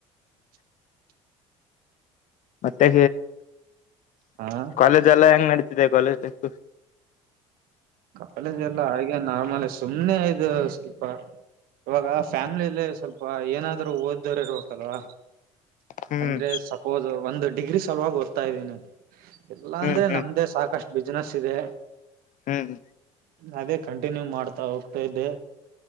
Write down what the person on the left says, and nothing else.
ಮತ್ತೆ
ಕಾಲೇಜ ಎಲ್ಲ ಹೆಂಗ ನಡತ ಕಾಲೇಜ್ ಲೈಫು
ಹ್ಮ್
ಹ್ಮ್
ಹ್ಮ್
ಹ್ಮ್